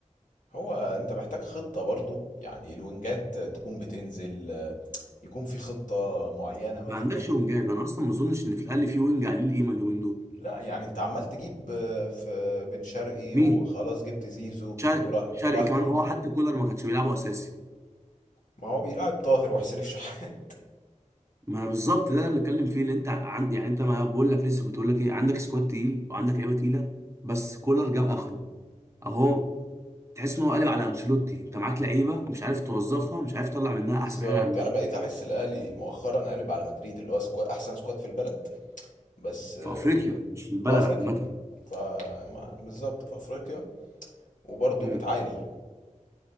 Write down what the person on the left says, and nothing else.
هو انت محتاج خطة برضو يعني الوينجات تكون بتنزل آه، يكون في خطة معينة مثلا
لا يعني انت عمال تجيب آه، في بن شرقي
وخلاص جبت زيزو
ورا-
وراح
تجيب
ما هو بيلعب طاهر وحسين الشحات
<laughs>
بالظبط
انا بقيت احس الاهلي مؤخرا قالب على مدريد اللي هو سكواد احسن سكواد في البلد بس آه،
في افريقيا
فما بالظبط في افريقيا وبرضه
بتعاني